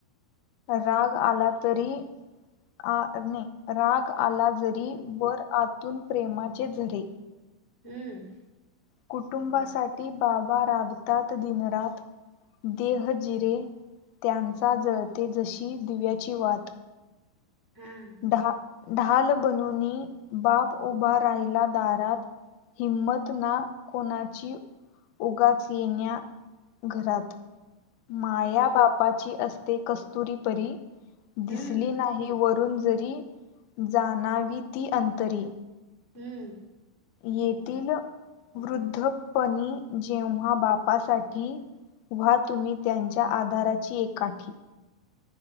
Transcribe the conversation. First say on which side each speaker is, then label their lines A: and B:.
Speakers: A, on the left; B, in the centre.
A: राग आला तरी आ नइ राग आला जरी वर आतून प्रेमाचे झरे
B: हम्म
A: कुटुंबासाठी बाबा राबतात दिनरात देह जिरे त्यांचा जळते जशी दिव्याची वात
B: हा
A: ढा ढाल बनुनी बाप उभा राहिला दारात हिंमत ना. कोणाची उगाच येण्या घरात माया बापाची असते कस्तुरी परी
B: हम्म
A: दिसली नाही व. न जरी जाणावी ती अंतरी
B: हम्म.
A: येतील वृद्धपणी जेव्हा बापासाठी व्हा तुम्ही त्यांच्या आधाराची एकाठी